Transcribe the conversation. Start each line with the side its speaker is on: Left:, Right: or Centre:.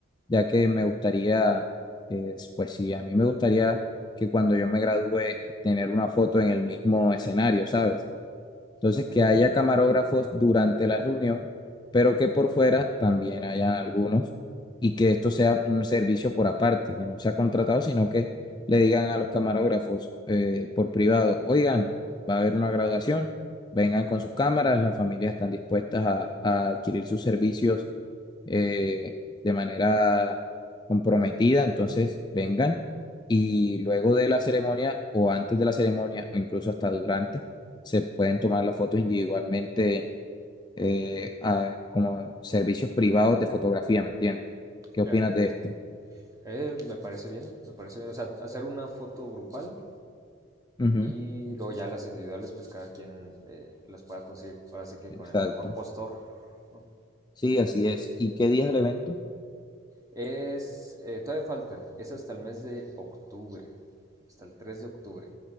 Left: ya que me gustaría, eh, pues sí, a mí me gustaría que cuando yo me gradúe eh, tener una foto en el mismo escenario, ¿sabes? Entonces,
Right: Ok,
Left: que haya camarógrafos durante la reunión, pero que por fuera también hayan algunos y que esto sea un servicio por aparte, que no sea contratado, sino que le digan a los camarógrafos eh, por privado, oigan, va a haber una graduación, vengan con sus cámaras, las familias están dispuestas a, a adquirir sus servicios eh, de manera comprometida, entonces vengan y luego de la ceremonia o antes de la ceremonia o incluso hasta durante, se pueden tomar las fotos individualmente eh, a- como servicios privados de fotografía, ¿me entiendes? ¿Qué
Right: ya,
Left: opinas
Right: ya, ya.
Left: de Claro. esto?
Right: Eh, me parece bien, me parece bien. O sea, hacer una foto grupal
Left: Ujú,
Right: y luego ya las individuales, pues cada quien eh, las pueda conseguir. Ahora sí que
Left: exacto.
Right: con el mejor postor, ¿no?
Left: Sí, así es. ¿Y qué día es el evento?
Right: Es, eh, todavía falta, es hasta el mes de octubre, hasta el 3 de octubre,